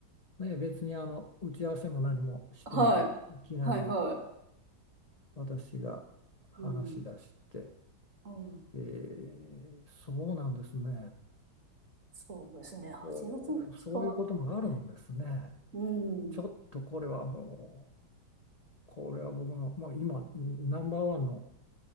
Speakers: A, on the left; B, on the right.
A: ね、別にあの打ち合わせも何もしてない、
B: はい。
A: いきなり。
B: はいは
A: 私が話し出して、
B: い。うん。うん。
A: えーそうなんですね。
B: そうですね。8月2日ね。
A: おーそういうこともあるんですね。
B: うん。
A: ちょっとこれはも
B: い
A: う、これは僕の、もう今、ナンバーワンの、